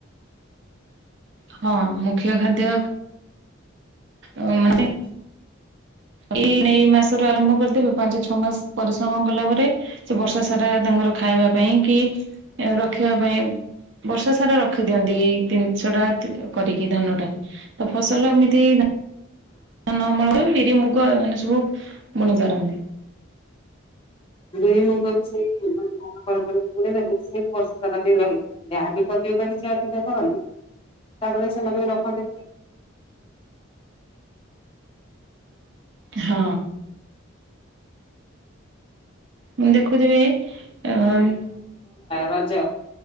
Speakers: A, on the right (about 60°); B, on the left (about 25°).
A: ହଁ ମୁଖ୍ୟ ଖାଦ୍ୟ ଓ ମାନେ ଏଇ ଏଇ ମାସରୁ ଆରମ୍ଭ କରିଦେବେ ପାଞ୍ଚ ଛଅ ମାସ ପରିଶ୍ରମ କଲା ପରେ ସେ ବର୍ଷ ସାରା ତାଙ୍କର ଖାଇବା ପାଇଁ କି ରଖିବା ପାଇଁ ବର୍ଷ ସାରା ରଖିଦିଅନ୍ତି ଏଇ ଜନିଷ ଟା କରିକି ଧାନଟା। ତ ଫସଲ ଏମିତି ଧାନ ଅମଳ ହୁଏ। ବିରି, ମୁଗ ଏମାନେ ସବୁ ବୁ ବୁଣି ପାରନ୍ତି।
B: ବିରି ମୁଗ ବି ସେଇ ମାନେ ଧାନ ପରେ ପରେ ବୁଣିଦେଲେ ସେ ବି ବର୍ଷ ସାରା ପାଇଁ ରହିଯାଏ। ଯାହା ବିି କରିବ କଲେ ସେ ଅଧିକା କରନ୍ତି ତାପରେ ସେମାନେ ବି ରଖନ୍ତି
A: ହଁ। ମୁଁ ଦେଖୁ ଖୁଥିବେ ଆନ୍
B: ରଜ।